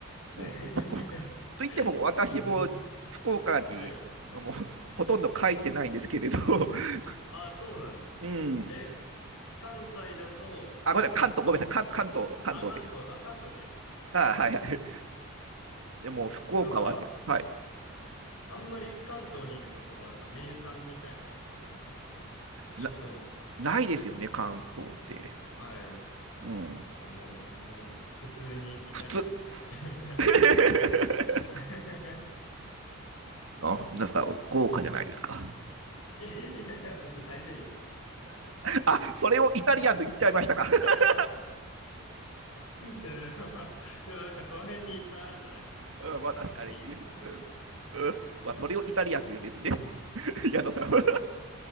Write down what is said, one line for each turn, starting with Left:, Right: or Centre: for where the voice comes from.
Right: もう、
Left: <laughs> え
Right: 福岡といっても私も福岡にもうほとんど書いてないんですけれど、
Left: ー、はい。
Right: <laughs>
Left: ああ、そうなんですか。
Right: うん、
Left: え、関西だと、
Right: あ、ごめんなさい、
Left: やっぱ、
Right: 関東、ごめんなさい、関関東、関東です。
Left: あ、関東、あ、関東にいらっしゃるんですね。
Right: あ、はいはい。でも、福岡はです。
Left: なんか、
Right: はい。
Left: あんまり関東にいると、そのなんか名産みたいなのなくないですかそう、
Right: な、
Left: 食の。
Right: ないですよね、関東って。
Left: はい。
Right: うん。
Left: なんかもう全然、普通にイタリアンとか行っちゃうみたいな。
Right: 普通。<laughs>
Left: <laughs>
Right: あ、なんですか、豪華じゃないですか。
Left: いやいやいや、別にサイゼリアとかですよ。
Right: あ、それをイタリアンと言っちゃいましたか。<laughs>
Left: <laughs> いやいやまあでもなんかその辺にいっぱいあるじゃないですか。なんかちょっとリーズナブル寄りのみたい
Right: うん、まあ確かに。うん、まあそれをイタリアンというんですね。<laughs> 矢野さんは。
Left: な。はい。